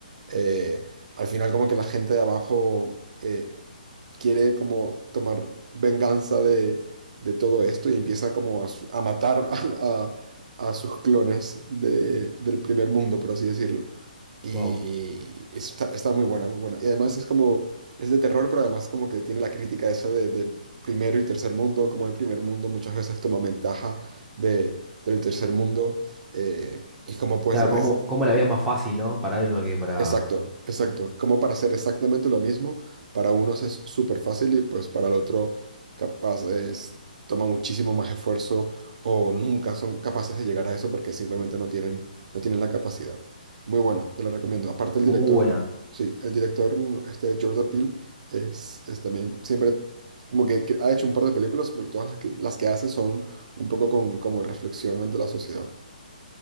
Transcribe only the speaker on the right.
Eh, al final como que la gente de abajo... eh, quiere como tomar venganza de, de todo esto y empieza como a, su- a matar <laughs> a, a- a sus clones de- del primer mundo, por así decirlo. Y
eso está, está muy buena, muy buena. Y además es como, es de terror, pero además como que tiene la crítica esa de, de primero y tercer mundo, como el primer mundo muchas veces toma ventaja de, del tercer mundo. eh, y como pues
es,
Exacto, exacto. Como para hacer exactamente lo mismo, para unos es súper fácil y pues para el otro capaz es, toma muchísimo más esfuerzo o nunca son capaces de llegar a eso porque simplemente no tienen, no tienen la capacidad. Muy buena, te la recomiendo. Aparte el director,
sí, el director, este Jordan Peele, es, es también siempre como que, que ha hecho un par de películas, pero todas las que, las que hace son un poco con, como reflexión ante la sociedad.